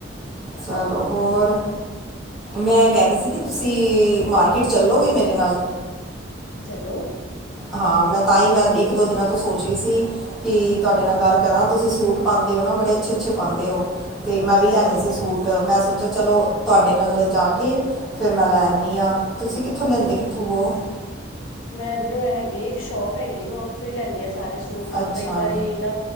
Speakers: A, in the centre; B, on the left.
A: ਚਲੋ ਹੋਰ ਮੈਂ ਕਹਿ ਰਹੀ ਸੀ ਕਿ ਤੁਸੀਂ ਮਾਰਕੀਟ ਚੱਲੋਗੇ ਮੇਰੇ ਨਾਲ
B: ਚਲੋ
A: ਹਾਂ, ਮੈਂ ਤਾਂ ਈ ਮੈਂ ਇੱਕ ਦੋ ਦਿਨਾਂ ਤੋਂ ਸੋਚ ਰਹੀ ਸੀ। ਕਿ ਤੁਹਾਡੇ ਨਾਲ ਗੱਲ ਕਰਾਂ, ਤੁਸੀਂ ਸੂਟ ਪਾਂਦੇ ਔ ਨਾ, ਬੜੇ ਅੱਛੇ -ਅੱਛੇ ਪਾਂਦੇ ਔ। ਤੇ ਮੈਂ
B: ਅੱਛਾ
A: ਵੀ ਲੈਣੇ
B: ਅੱਛਾ
A: ਸੀ, ਸੂਟ ਮੈਂ ਸੋਚਿਆ ਚਲੋ, ਤੁਹਾਡੇ ਨਾਲ ਜਾ ਕੇ ਫਿਰ ਮੈਂ ਲੈ ਆਂਦੀ ਆ। ਤੁਸੀਂ ਕਿੱਥੋਂ ਲੈਂਦੇ ਲੈਂਦੇ ਕਿੱਥੋਂ ਹੋ।
B: ਮੈਂ ਇਧਰੋਂ ਹੈਗੀ ਇੱਕ ਸ਼ੋਪ ਹੈਗੀ ਐ, ਮੈਂ ਉੱਥੋਂ ਈ ਲੈਦੀ ਆ ਸਾਰੇ ਸੂਟ
A: ਅੱਛਾ
B: ਕਈ ਵਾਰੀ ਨਾ।